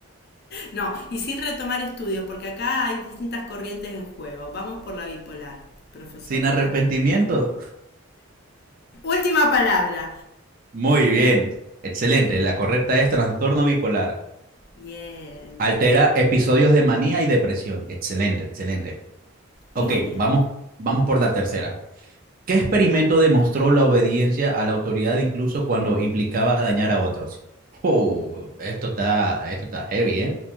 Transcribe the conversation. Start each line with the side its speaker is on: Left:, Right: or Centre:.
Left: No, y sin retomar estudios, porque acá hay distintas corrientes en juego. Vamos por la bipolar, profesor,
Right: Sin arrepentimiento.
Left: a ver. Última palabra.
Right: Muy bien. Excelente.
Left: Bien,
Right: La correcta es trastorno bipolar.
Left: bien,
Right: Altera
Left: bien, bien.
Right: episodios de manía y depresión. Excelente, excelente. Ok,
Left: Muy bien,
Right: vamos, vamos por la tercera. ¿Qué experimento demostró la obediencia a la autoridad incluso cuando implicaba dañar a otros? Oh, esto está, esto está heavy, ¿eh?